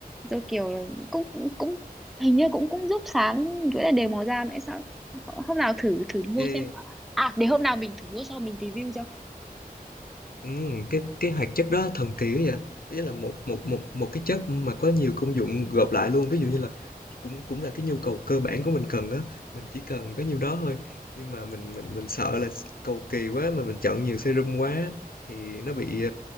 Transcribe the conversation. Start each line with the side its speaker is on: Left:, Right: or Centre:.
Centre: rồi kiểu là cũng cũng hình như cũng cũng giúp sáng với lại đều màu da nữa sao hôm nào thử thử mua
Left: ê
Centre: xem à để hôm nào mình thử mua xong mình review cho
Left: Ừm, cái cái hoạt chất đó thần kỳ quá vậy. Ý là một một một một cái chất mà có nhiều công dụng gộp lại luôn, ví dụ như là cũng cũng là cái nhu cầu cơ bản của mình cần á, mình chỉ cần có nhiêu đó thôi. Nhưng mà mình mình mình sợ là cầu kỳ quá mà mình chọn nhiều serum quá thì nó bị